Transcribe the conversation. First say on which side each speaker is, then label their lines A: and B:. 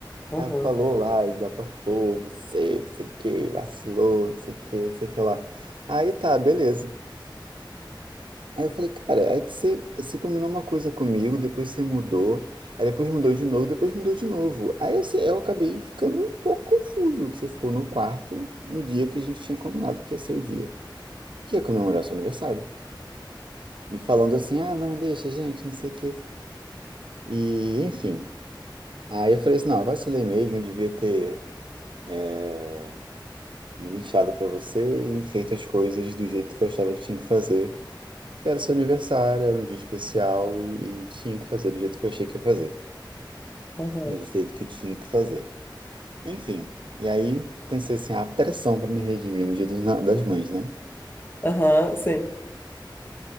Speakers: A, on the left; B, on the right.
A: Aham,
B: Ela falou lá, e desabafou, você, não sei o que, vacilou, não sei o que, não sei o que lá. Aí tá, beleza. Aí eu falei, cara, é que você, você combinou uma coisa comigo, depois você mudou, aí depois mudou de novo, depois mudou de novo. Aí assim, eu acabei ficando um pouco confuso, que você ficou no quarto no dia que a gente tinha combinado que ia ser o dia, que ia comemorar seu aniversário. E falando assim, ah, não, deixa, gente, não sei o quê. E, enfim. Aí eu falei assim, não, vacilei mesmo, devia ter é, me lixado pra você e feito as coisas do jeito que eu achava que tinha que fazer. Porque era seu aniversário, era um dia especial e, e tinha que fazer do jeito que eu achei que ia fazer.
A: Aham,
B: Do jeito que eu tinha que fazer. Enfim. E aí pensei assim, ah, pressão pra me redimir no dia dos na- das mães, né?
A: Aham, sim.